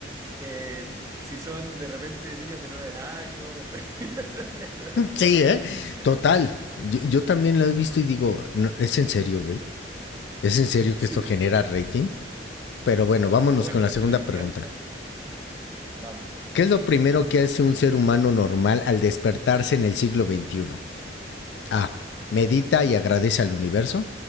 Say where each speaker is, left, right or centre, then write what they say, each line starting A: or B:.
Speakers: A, on the right; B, on the left.
A: Eh, si son de repente niños de nueve años, o- <laughs> es una
B: sí,
A: trama
B: ¿eh?
A: increíble.
B: Total.
A: weón.
B: Yo, yo también lo he visto y digo, no, es en serio, güey. Es en serio que
A: Sí,
B: esto genera
A: sí.
B: rating.
A: eh.
B: Pero bueno, vámonos
A: No, a
B: con
A: la gente
B: la segunda
A: le encanta.
B: pregunta.
A: Vamos,
B: ¿Qué es lo primero que hace un ser humano normal al despertarse en el siglo veintiuno? A. Medita y agradece al universo.